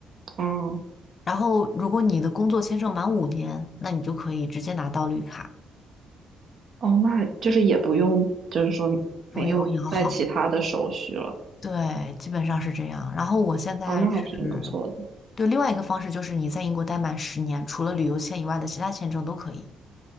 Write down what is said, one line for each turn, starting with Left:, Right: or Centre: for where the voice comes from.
Right: 哦，
Left: 然后，如果你的工作签证满五年，那你就可以直接拿到绿卡，
Right: 哦，那就是也不用，就是说没有在其他的手续了。
Left: 不用摇号。对，基本上是这样。然后我现在是，
Right: 哦，那还挺不错的。
Left: 对，另外一个方式就是你在英国待满十年，除了旅游签以外的其他签证都可以。